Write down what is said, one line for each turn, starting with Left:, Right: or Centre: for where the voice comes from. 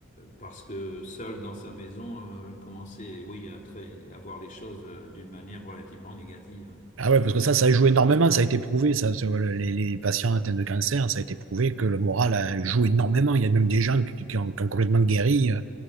Left: parce que seule dans sa maison, euh, elle commençait, oui, à, très- à voir les choses euh, d'une manière relativement négative. hein.
Right: Ah ouais, parce que ça, ça joue énormément, ça a été prouvé, ça, sur le- les, les patients atteints de cancer, ça a été prouvé que le moral euh, joue énormément. Il y a même des gens qui, qui ont, qui ont complètement guéri, euh,